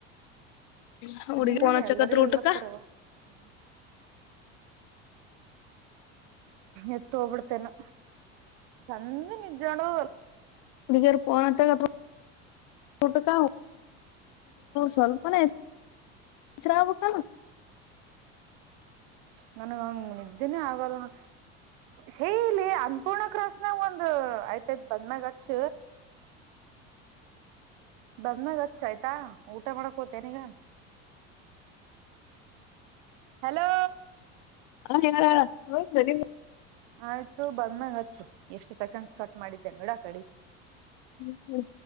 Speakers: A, on the left (about 60°); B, on the right (about 70°).
A: ಹ
B: ಹ್ಮನ್
A: ಹುಡುಗ್ರು ಫೋನ್ ಹಚ್ಚಕತರ
B: ಎಲ್ಲರಿಗೂ
A: ಉಟ್ಟಕ
B: ಹೇಳತಾರವ <unintelligible> ಎತ್ತು ಹೋಗ್ಬಿಡ್ತೀನೋ ಚಂದ ನಿಜ್ರಾಲೋ
A: ಹುಡುಗಿಯರು ಫೋನ್ ಹಚ್ಚವ ಸ್ವಲ್ಪನೆ ಶ್ರಾವಕ್ಕ
B: ನನ್ಗಂಗ ನಿದ್ದೆನೇ ಆಗಲ್ಲ ಹೇ ಲೇ ಅನ್ನಪೂರ್ಣ ಕ್ರಾಸ್ನಾಗ ಒಂದ್ ಆಯ್ತಯ್ತ್ ಬಂದ್ಮ್ಯಾಗಚ್ಚ ಬಂದ್ಮಾಗ ಹಚ್ಚ ಆಯ್ತಾ ಊಟ ಮಾಡಕ್ ಹೋತನಿಗ ಹಲೋ
A: ಹಾ ಹೇಳು
B: ಆಯ್ತು ಬಂದ್ಮೇ ಹಚ್ಚು ಎಷ್ಟು ಸೆಕೆಂಡ್ಸ್ ಕಟ್ ಮಾಡಿದ್ದೇ ನೋಡಾಕಡೆ
A: ಹ್ಮ್ ಹ್ಮ